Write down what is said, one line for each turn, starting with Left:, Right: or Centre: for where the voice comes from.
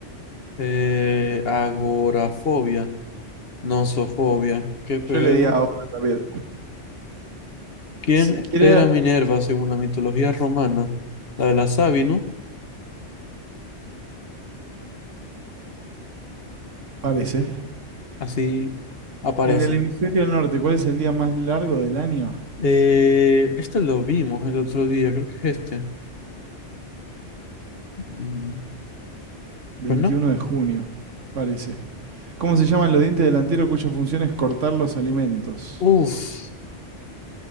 Left: Eh, agorafobia, nosofobia. ¿Qué pedo?
Right: Yo le di ahora también.
Left: ¿Quién
Right: Si quiere,
Left: era Minerva según la mitología romana? La de la Sabi, ¿no?
Right: parece.
Left: Así aparece.
Right: En el hemisferio norte, ¿cuál es el día más largo del año?
Left: Eh, este lo vimos el otro día, creo que es este. Mm,
Right: 21
Left: Pues no.
Right: de junio, parece. ¿Cómo se llaman los dientes delanteros cuya función es cortar los alimentos?
Left: Uf,